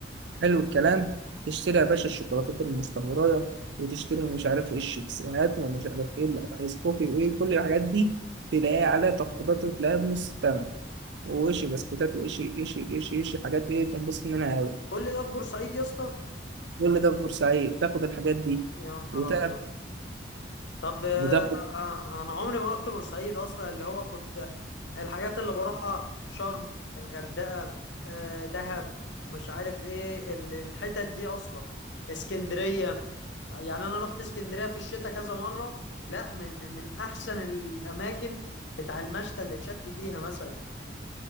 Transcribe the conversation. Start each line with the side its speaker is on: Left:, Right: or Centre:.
Right: حلو الكلام تشتري يا باشا الشوكولاتات المستورده وتشتري مش عارف ايه الشيبسيهات ومش عارف ايه الايس كوفي وايه كل الحاجات دي تلاقيها عليها تخفيضات وتلاقيها بنص الثمن وشي بسكوتات وشي إشي إشي إشي حاجات ايه تنبسط منها أوي
Left: كل ده في بورسعيد يا اسطى
Right: كل ده في بورسعيد تاخد الحاجات
Left: يا
Right: دي
Left: يا نهار
Right: وتاخد
Left: ابيض طب آه،
Right: وتاخد
Left: آه، انا عمري ما رحت بورسعيد اصلا اللي هو كنت الحاجات اللي بروحها شرم الغردقة آه، دهب مش عارف ايه ال- الحتت دي اصلا اسكندرية يعني انا رحت اسكندريه في الشتاء كذا مره لا من من, من احسن الاماكن بتاع المشتى اللي اتشت فيها مثلا